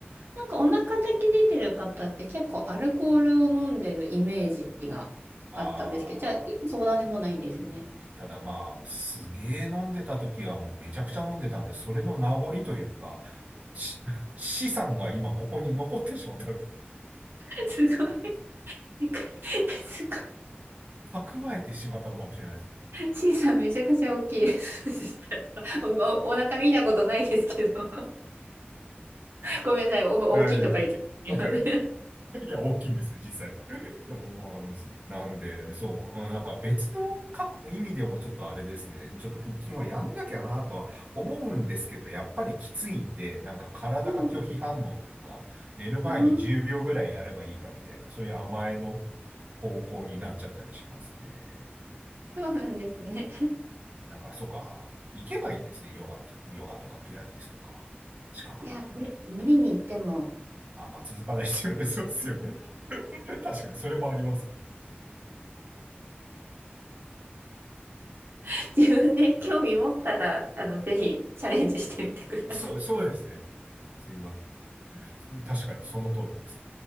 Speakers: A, on the right (about 65°); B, on the right (about 35°).
A: なんかお腹だけ出てる方って結構アルコールを飲んでるイメージがあったんですけど、
B: あー、
A: じゃあ、今そうなでもないんですね。
B: ただまあ、すげー飲んでた時はもうめちゃくちゃ飲んでたんで、それの名残というか、し <laughs> 資産が今ここに残ってしまった
A: <laughs> すごい。<laughs> すごい。
B: 蓄えてしまったのかもしれないですね。
A: シーさんめちゃくちゃ大きいです。<laughs> お、お、お腹見たことないですけど。<laughs> ごめんなさい。お、大きいとか言っちゃった。
B: あ、いやいや、
A: 今ね
B: <laughs> いや大きいんですよ、実際。<laughs> そうなんですよ。なんで、そう、うんなんか別の各意味でもちょっとあれですね。ちょっと腹筋はやんなきゃなとは思うんですけど、やっぱりきついんで、なんか体が拒否反応というか、
A: うん、
B: 寝る前に10秒ぐらいやればいいかみたいな、
A: うん、
B: そういう甘えの方向になっちゃったりしますね。
A: そうなんですね。
B: なんか、そうか、行けばいいんですね。ヨガ、ヨガとかピラティスとか、近くの
A: いや、無理、無理に言っても、
B: あ、まあ続かないですよね。<laughs> そうですよね。<laughs> 確かに、それもあります。
A: <laughs> 自分で興味持ったら、あの、ぜひチャレンジしてみてください。
B: そう、そうですね。すいません。確かに、その通りです。